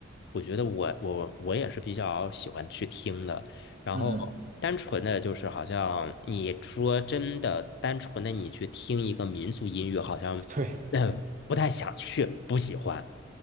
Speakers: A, on the left; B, on the right.
A: 我觉得我我我也是比较喜欢去听的。然后单纯的就是好像你说真的，
B: 嗯嗯，
A: 单纯的你去听一个民族音乐，好像嗯不太想去，
B: <laughs> 对
A: 不喜欢。